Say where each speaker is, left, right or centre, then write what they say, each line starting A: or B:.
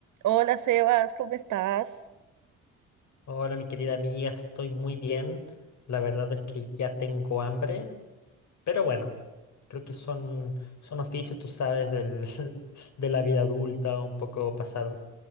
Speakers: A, on the right; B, on the left.
A: Hola Sebas, ¿cómo estás?
B: Hola, mi querida amiga, estoy muy bien. La verdad es que ya tengo hambre, pero bueno, creo que son, son oficios, tú sabes, del, <laughs> de la vida adulta, un poco pasar